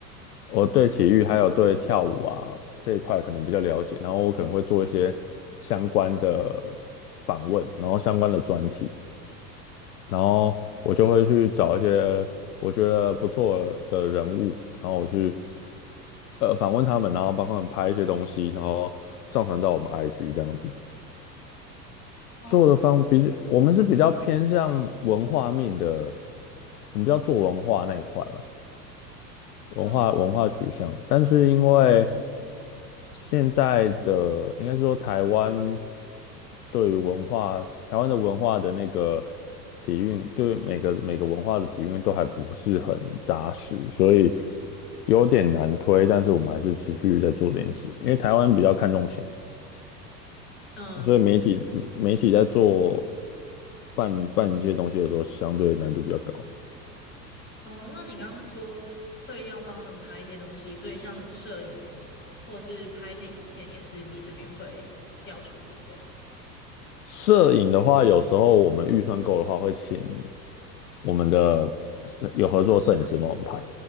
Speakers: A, on the left; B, on the left.
A: 我对体育还有对跳舞啊这一块可能比较了解，然后我可能会做一些相关的访问，然后相关的专题。然后我就会去找一些呃我觉得不错的人物，然后我去呃访问他们，然后帮他们拍一些东西，然后上传到我们 IG 这样子。
B: 哦，
A: 做的方比我们是比较偏向文化面的，我们比较做文化那一块啊。文化文化取向，
B: 嗯
A: 但是因为现在的应该说台湾对于文化，台湾的文化的那个底蕴，对每个每个文化的底蕴都还不是很扎实，所以有点难推。但是我们还是持续在做这件事，因为台湾比较看重钱，
B: 嗯，
A: 所以媒体媒体在做办办这些东西的时候，相对难度比较高。
B: 哦，那你刚刚说会要帮他们拍一些东西，所以像摄影或是拍一些影片，也是你这边会要处理的。
A: 摄影的话，有时候我们预算够的话，会请我们的有合作摄影师帮我们拍。